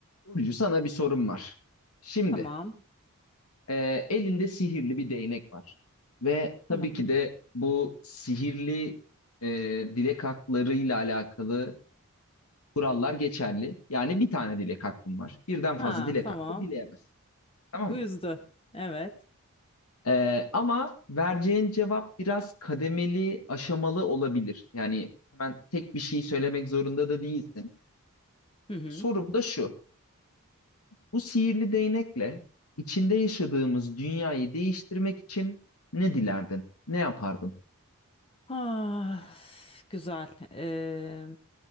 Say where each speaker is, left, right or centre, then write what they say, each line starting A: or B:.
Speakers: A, on the left; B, on the left.
A: Burcu sana bir sorum var. Şimdi
B: Tamam.
A: e, elinde sihirli bir değnek var. Ve
B: Tamam.
A: tabii ki de bu sihirli e, dilek haklarıyla alakalı kurallar geçerli. Yani bir tane dilek hakkın var. Birden fazla
B: Ha,
A: dilek
B: tamam.
A: hakkı dileyemezsin. Tamam
B: Bu
A: mı?
B: yüzdü. Evet.
A: E, ama vereceğin cevap biraz kademeli, aşamalı olabilir. Yani hemen tek bir şey söylemek zorunda da değilsin.
B: Hı hı.
A: Sorum da şu. Bu sihirli değnekle içinde yaşadığımız dünyayı değiştirmek için ne dilerdin? Ne yapardın?
B: Ah, güzel. Ee,